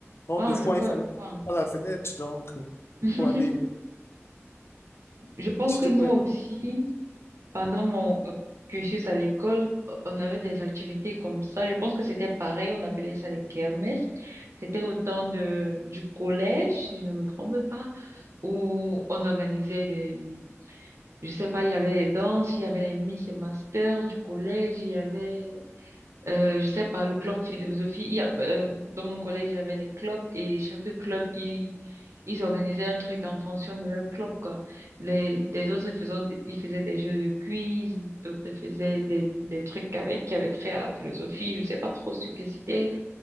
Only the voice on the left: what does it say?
Donc,
des fois,
il fallait
pas la fenêtre, donc,
pour aller,
surtout
pour les